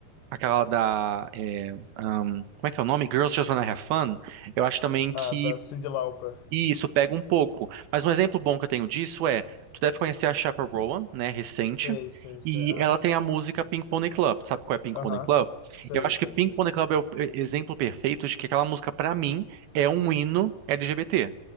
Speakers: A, on the right; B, on the left.
A: Aquela da. é, um, como é que é o nome? Girls Just Wanna Have Fun. Eu acho também que
B: Ah, da Cyndi Lauper.
A: isso pega um pouco. Mas um exemplo bom que eu tenho disso é: tu deve conhecer a Chappell Roan, né? Recente.
B: Sei, sei, sei.
A: E
B: Aham.
A: ela tem a música Pink Pony Club. Sabe qual é Pink
B: Aham.
A: Pony Club?
B: Sei,
A: Eu acho
B: sei,
A: que Pink
B: sei.
A: Pony Club é o pe- exemplo perfeito de que aquela música, pra mim, é um hino LGBT.